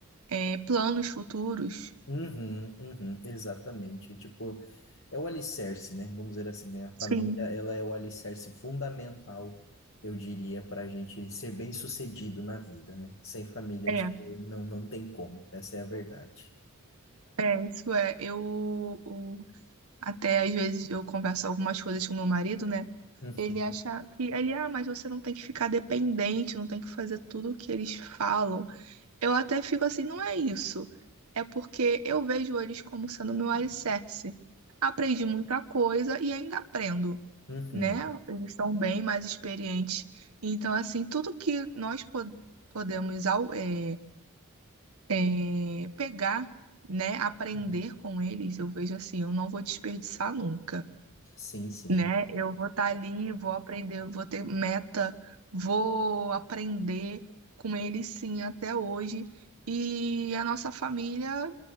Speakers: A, on the right; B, on the left.
A: é, planos futuros.
B: Uhum, uhum, exatamente. Tipo, é o alicerce, né? Vamos dizer assim, né? A
A: Sim.
B: família, ela é o alicerce fundamental, eu diria, para a gente ser bem-sucedido na vida, né? Sem família,
A: É,
B: acho que não, não tem como. Essa é a verdade.
A: é, isso é. Eu, Até às vezes eu converso algumas coisas com meu marido, né?
B: Uhum,
A: Ele acha que ele, ah, mas você não tem que ficar dependente, não tem que fazer tudo o que eles falam. Eu até fico assim, não é isso. É porque eu vejo eles como sendo meu alicerce. Aprendi muita coisa e ainda aprendo,
B: uhum,
A: né? Eles são bem mais experientes. Então, assim, tudo que nós po- podemos ao- é, é, pegar, né? Aprender
B: uhum.
A: com eles, eu vejo assim, eu não vou desperdiçar nunca
B: Sim, sim.
A: né? Eu vou estar ali, vou aprender, eu vou ter meta, vou aprender com ele sim até hoje. E a nossa família